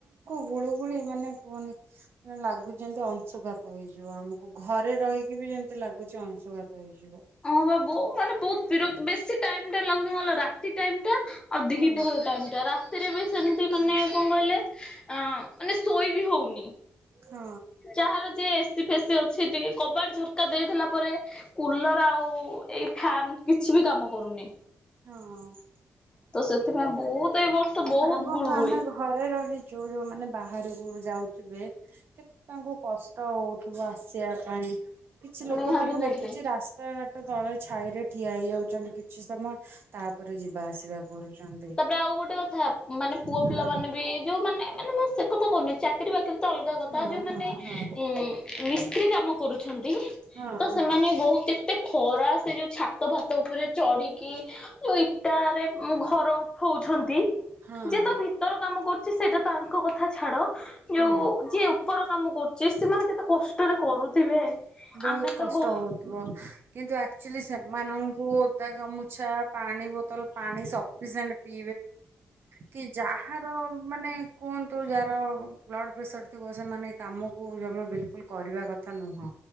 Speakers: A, on the right; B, on the left.
A: ଗୁଳୁ ଗୁଳି ମାନେ କୁହନି ଲାଗୁଛି ଯେମିତି ଅଂଶୁଘାତ ହେଇଯିବ ଆମକୁ। ଘରେ ରହିକି ବି ଯେମତି ଲାଗୁଛି ଅଂଶୁଘାତ ହେଇଯିବ।
B: ହଁ ବା ବହୁ ମାନେ ବହୁତ ବିରତ ବେଶୀ ଟାଇମ। <inaudible> ରାତିି ଟାଇମ୍ ଟା ଆଉ ଦିହିପହର
A: ହଁ
B: ଟାଇମ୍ ଟା। ସେଥିରେ ବି ସେମିତି ମାନେ କଣ କହିଲେ ଅ ମାନେ ଶୋଇ ବି ହଉନି।
A: ହଁ।
B: ଯାହାର ଯେ ଏସି ଫେସି ଅଛି ଟିକେ କବାଟ ଝରକା ଦେଇ ଦେଲା ପରେ କୁଲର ଆଉ ଏଇ ଫ୍ୟାନ୍। କିଛି ବି କାମ କରୁନି।
A: ହଁ
B: ତ ସେଥିପାଇଁ ବହୁତ ଏଇ ବର୍ଷ ବହୁତ
A: ଭାବନ୍ତୁ
B: ଗୁଳୁଗୁଳି
A: ଆମେ ଘରେ ରହିଛୁ। ଯୋଉ ଯୋଉମାନେ ବାହାରକୁ ଯାଉଥିବେ କେତେ ତାଙ୍କୁ କଷ୍ଟ ହଉଥିବ ଆସିବାକୁ। ପାଇଁ କିଛି ଲୋକ
B: ନିହାତି
A: ତ ମୁଁ
B: ନିହାତି।
A: ଦେଖିଛି ରାସ୍ତା ଘାଟ ତଳେ ଛାଇ ରେ ଠିଆ ହେଇଯାଉଛି। କିଛି ସମୟ ତାପରେ ଯିବା ଆସିବା। କରୁଛନ୍ତି
B: ତାପରେ ଆଉ ଗୋଟେ କଥା ମାନେ ପୁଅ
A: ହଁ
B: ପିଲା ମାନେ ବି ଯୋଉ ମାନେ ମାନେ ସେ କଥା କହୁନି। ଚାକିରୀ ବାକିରିୀ ତ ଅଲଗା କଥା
A: ହଁ
B: ଯୋଉମାନେ
A: ହଁ ହଁ
B: ଉଁ ମିସ୍ତ୍ରୀ କାମ କରୁଛନ୍ତି। ନ୍ତି
A: ହଁ ହଁ
B: ସେମାନେ ବହୁତ କେତେ ଖରା ସେ ଯୋଉ ଛାତ ଭାତ ଉପରେ ଚଢିକି ଯୋଉ ଇଟାରେ ଘର ଉଠ ହଉଛନ୍ତି
A: ହଁ
B: ଯେ ତ ଭିତର କାମ କରୁଛି ସେଇଟା ତାଙ୍କ କଥା ଛାଡ। ଯୋଉ
A: ହୁଁ
B: ଯିଏ ଉପର କାମ କରୁଛି ସେମାନେ କେତେ କଷ୍ଟରେ କରୁଥିବେ।
A: ବହୁତ
B: ଆମେ
A: କଷ୍ଟ
B: ତ ଗୋ
A: ହଉଥିବ କିନ୍ତୁ ଆକ୍ଚୁଲି ସେମାନଙ୍କୁ ଓଦା ଗାମୁଛା ପାଣି। ବୋତଲ ପାଣିି ସଫିସିଏଣ୍ଟ ପିଇ। କି ଯାହାର ମାନେ କୁହନ୍ତୁ ଯାହାର ବ୍ଲଡ ପ୍ରେସର ଥିବ ସେମାନେ କାମକୁ ଜମା ବିଲକୁଲ କରିବା କଥା ନୁହଁ